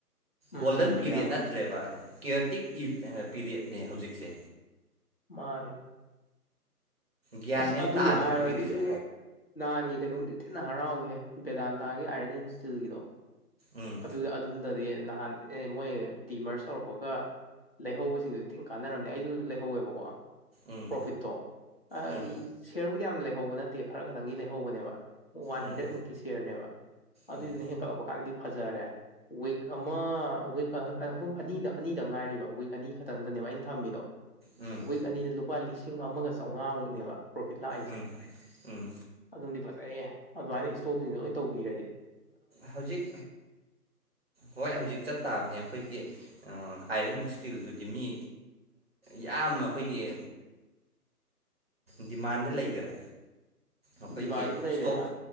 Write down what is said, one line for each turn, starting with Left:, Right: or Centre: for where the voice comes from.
Left: ꯎꯝ ꯎꯝ
Right: ꯒꯣꯜꯗꯟ ꯄꯤꯔꯤꯌꯠ
Left: ꯌꯥꯝ
Right: ꯅꯠꯇ꯭ꯔꯦꯕ ꯀꯦꯌꯣꯇꯤꯛ ꯄꯤꯔꯤꯌꯠꯅꯦ ꯍꯧꯖꯤꯛꯁꯦ
Left: ꯃꯥꯅꯦ
Right: ꯒ꯭ꯌꯥꯟ
Left: ꯑꯁ
Right: ꯃꯦꯟ
Left: ꯑꯗꯨꯏ
Right: ꯇꯥꯗꯕ
Left: ꯍꯥꯏꯔꯨꯔꯗꯤ
Right: ꯄꯤꯔꯤꯁꯦ
Left: ꯏꯕꯨꯡꯉꯣ ꯅꯍꯥꯟꯒꯤ ꯀꯩꯅꯣꯝꯗꯤ ꯊꯤꯟꯅ ꯍꯔꯥꯎꯋꯦ ꯕꯦꯗꯥꯟꯇꯥꯒꯤ ꯑꯥꯏꯔꯟ ꯑꯦꯟ ꯁ꯭ꯇꯤꯜꯒꯤꯗꯣ
Right: ꯎꯝ
Left: ꯑꯗꯨꯗ ꯑꯗꯨꯝꯗꯗꯤ ꯅꯍꯥꯟ ꯑꯦ ꯃꯣꯏ ꯗꯤꯃꯔꯁ ꯇꯧꯔꯛꯄꯒ ꯂꯩꯍꯧꯕꯁꯤꯡꯗꯨꯗꯤ ꯇꯦꯡ ꯀꯥꯟꯅꯔꯝꯅꯦ ꯑꯩꯁꯨ ꯑꯗꯨ ꯂꯩꯍꯧꯋꯦꯕꯀꯣ
Right: ꯎꯝ
Left: ꯄ꯭ꯔꯣꯐꯤꯠꯇꯣ ꯑ
Right: ꯎꯝ
Left: ꯁꯤꯌꯔꯕꯨꯗꯤ ꯌꯥꯝ ꯂꯩꯍꯧꯕ ꯅꯠꯇꯦ ꯈꯔ ꯈꯛꯇꯪꯒꯤ ꯂꯩꯍꯧꯕꯅꯦꯕ ꯋꯥꯟ
Right: ꯎꯝ
Left: ꯍꯟꯗ꯭ꯔꯦꯗ ꯃꯨꯛꯀꯤ ꯁꯤꯌꯔꯅꯦꯕ
Right: ꯎꯝ
Left: ꯑꯗꯨꯏꯗꯨꯅ ꯍꯦꯟꯒꯠꯂꯛꯄ ꯀꯥꯟꯗꯗꯤ ꯐꯖꯔꯦ ꯋꯤꯛ ꯑꯃ ꯋꯤꯛ ꯑꯍꯨꯝ ꯑꯅꯤꯗ ꯑꯅꯤꯗ ꯉꯥꯏꯔꯤꯕ ꯋꯤꯛ ꯑꯅꯤꯈꯛꯇꯪꯗꯅꯦꯕ ꯑꯩꯅ ꯊꯝꯃꯤꯗꯣ
Right: ꯎꯝ
Left: ꯋꯤꯛ ꯑꯅꯤꯗ ꯂꯨꯄꯥ ꯂꯤꯁꯤꯡ ꯑꯃꯒ ꯆꯥꯝꯃꯉꯥꯃꯨꯛꯅꯦꯕ ꯄ꯭ꯔꯣꯐꯤꯠ ꯂꯥꯛꯏꯁꯦ
Right: ꯎꯝ ꯎꯝ
Left: ꯑꯗꯨꯝꯗꯤ ꯐꯖꯩꯌꯦ ꯑꯗꯨꯃꯥꯏꯅ ꯏꯁꯇꯣꯛꯁꯤꯡꯗꯣ ꯂꯣꯏꯅ ꯇꯧꯕꯤꯈ꯭ꯔꯗꯤ
Right: ꯍꯧꯖꯤꯛ ꯍꯣꯏ ꯍꯧꯖꯤꯛ ꯆꯠ ꯇꯥꯕꯅꯦ ꯑꯩꯈꯣꯏꯒꯤ ꯑꯥꯏꯔꯟ ꯏꯁ꯭ꯇꯤꯜꯗꯨꯗꯤ ꯃꯤ ꯌꯥꯝꯅ ꯑꯩꯈꯣꯏꯒꯤ ꯗꯤꯃꯥꯟꯗ ꯂꯩꯒꯦꯔꯥ ꯑꯩꯈꯣꯏꯒꯤ
Left: ꯗꯤꯃꯥꯟꯁꯨ ꯂꯩꯔꯦꯅ
Right: ꯏꯁꯇꯣꯛ